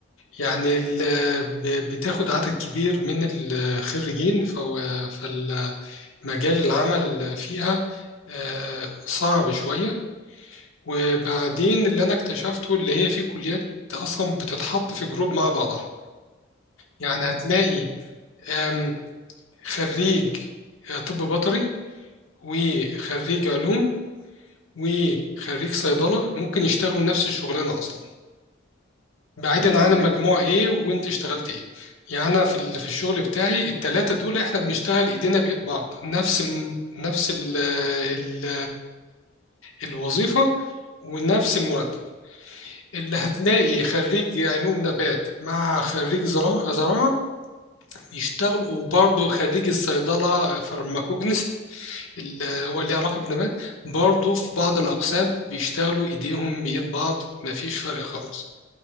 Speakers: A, on the left; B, on the right.
A: يعني ال- ب- بتاخد عدد كبير من الخريجين فهو- فالمجال العمل فيها آه، صعب شوية وبعدين اللي أنا اكتشفته اللي هي في كليات أصلا بتتحط في جروب مع بعضها يعني هتلاقي آم، خريج آه، طب بيطري وخريج علوم وخريج صيدلة ممكن يشتغلوا نفس الشغلانة أصلا بعيدا
B: ايوه
A: عن
B: مظبوط
A: المجموع
B: صح
A: إيه وأنت اشتغلت إيه يعني أنا في ال- في الشغل بتاعي التلاتة دول إحنا بنشتغل إيدينا بإيد بعض نفس ال نفس ال ال الوظيفة ونفس المرتب اللي هتلاقي خريج علوم نبات مع خريج زراعة زراعة بيشتغلوا وبرضه خريج الصيدلة فارماكوجنسي اللي هو ليه علاقة بالنبات برضو في بعض الأقسام بيشتغلوا إيديهم بإيد بعض مفيش فرق خالص